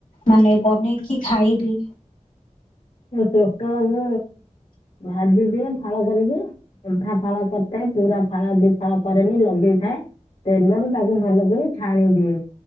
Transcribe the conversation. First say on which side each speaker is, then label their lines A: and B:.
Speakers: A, on the left; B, on the left.
A: ମାନେ ବନେଇକି ଖାଇବି।
B: ପୋଟଳକୁ ଭାଜିଦିଅ ଫାଳ କରିକି ଅଧା ଫାଳ କରିଥାଏ ପୁରା ଫାଳ ଦିଫାଳ କରେନି ଲଗେଇଥାଏ, ତେଲରେ ତାକୁ ଭଲକରି ଛାଣି ଦିଏ,